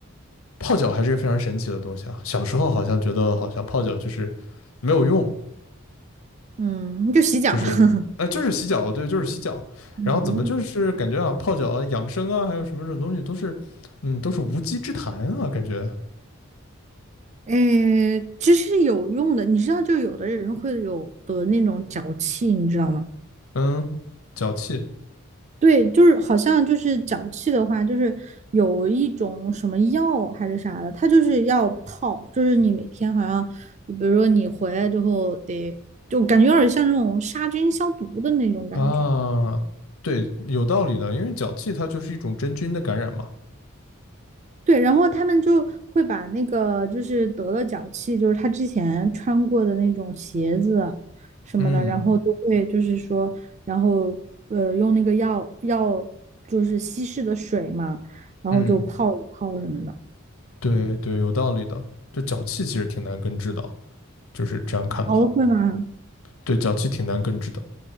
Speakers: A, on the left; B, on the right.
A: 泡脚还是个非常神奇的东西啊。小时候好像觉得好像泡脚就是没有用，
B: 嗯，就洗脚，
A: 就是呃就是洗脚，
B: <laughs>
A: 对，就是洗脚。
B: 嗯，
A: 然后怎么就是感觉啊泡脚啊养生啊还有什么这种东西都是嗯都是无稽之谈啊，感觉
B: 诶，其实有用的，你知道，就有的人会有得那种脚气，你知道吗？
A: 嗯脚气
B: 对，就是好像就是脚气的话，就是有一种什么药还是啥的，它就是要泡，就是你每天好像，就比如说你回来之后得，就感觉有点像那种杀菌消毒的那种感觉。
A: 啊。对，有道理的，因为脚气它就是一种真菌的感染嘛。
B: 对，然后他们就会把那个就是得了脚气，就是他之前穿过的那种鞋子什么的，
A: 嗯
B: 然后都会就是说，然后呃用那个药药就是稀释的水嘛，然后就泡一泡什么的。
A: 嗯，对对，有道理的。就脚气其实挺难根治的，就是这样看的话，
B: 哦，会吗？
A: 对，脚气挺难根治的，